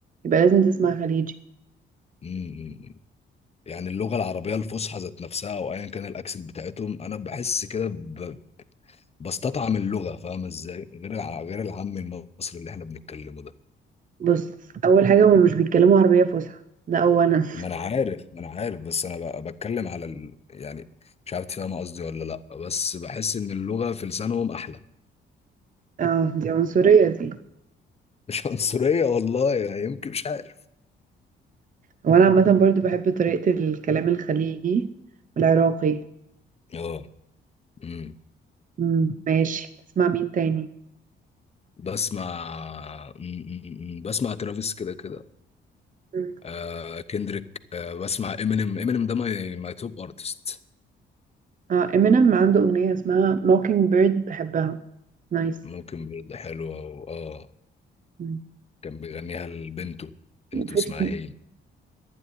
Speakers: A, on the right (about 40°); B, on the left (about 30°).
A: يبقى لازم تسمع خليجي
B: مم. يعني اللغة العربية الفصحى ذات نفسها أو أيا كان الأكسنت بتاعتهم أنا بحس كده ب... بستطعم اللغة فاهم إزاي غير الع... غير العام المصري اللي إحنا بنتكلمه ده
A: بص اول حاجه هما مش بيتكلموا عربيه فصحى ده اولا
B: ما أنا عارف ما أنا عارف بس أنا ب... بتكلم على ال... يعني مش عارف تفهم قصدي ولا لأ بس بحس إن اللغة في لسانهم أحلى
A: <laughs> اه دي عنصريه دي
B: مش عنصرية والله يعني يمكن مش عارف
A: وانا عامه برضو بحب طريقه الكلام الخليجي والعراقي
B: اه امم
A: مم. ماشي تسمع مين تاني
B: بسمع امم، امم، بسمع ترافيس كده كده
A: مم.
B: آه كندريك آه بسمع امينيم امينيم ده ماي ماي توب ارتست
A: اه امينيم عنده اغنيه اسمها موكينج بيرد بحبها نايس
B: ممكن برضه حلوة و- اه
A: مم.
B: كان بيغنيها لبنته بنته
A: 50
B: اسمها هي